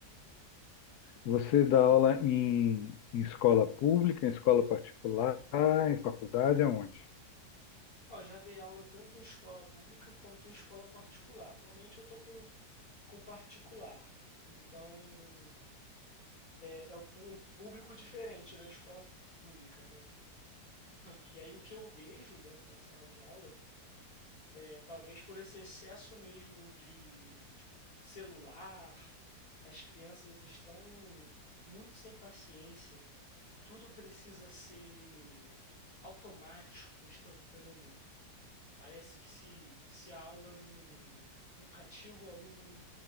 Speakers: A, on the left; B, on the left.
A: Você dá aula em, em escola pública, em escola particular, em faculdade, aonde?
B: Ó, eu já dei aula tanto em escola pública quanto em escola particular. Atualmente eu tô com, com particular, então é, é o um público diferente da escola pública, né? E aí o que eu vejo dentro da sala de aula é talvez por esse excesso mesmo de, de celular, as crianças estão muito sem paciência Tudo precisa ser automático, instantâneo. Parece que se, se a aula não, não cativa o aluno em